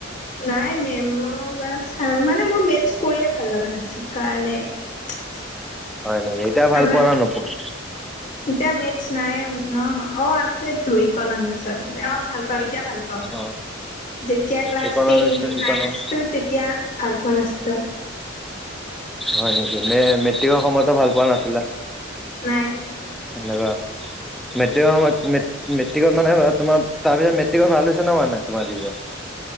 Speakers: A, on the left; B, in the centre.
A: নাই মেম বা চাৰু মানে মোৰ মেটছ কৰিয়ে ভাল লগা নাছিল কাৰণে। <unintelligible>
B: হয় নেকি। এতিয়া ভাল
A: আমাৰ
B: পোৱা না নোপোৱা?
A: এতিয়া মেথছ নাইএ ন', অ' আছেতো ইকনমিকসত। অ' ভাল পাওঁ এতিয়া ভাল পাওঁ।
B: অ
A: যেতিয়া class
B: economics
A: ten
B: economics
A: nine আছিলোঁ তেতিয়া ভাল পোৱা নাছলোঁ।
B: হয় নেকি। এ মেট্ৰিকৰ সময়তো ভাল পোৱা নাছিলা?
A: নাই।
B: লাগা মেট্ৰিক সময়ত মেট মেট্ৰিকত মানে তোমাৰ তাৰপিছত মেট্ৰিকত ভাল হৈছে ন', মানে তোমাৰৰিজাল্ট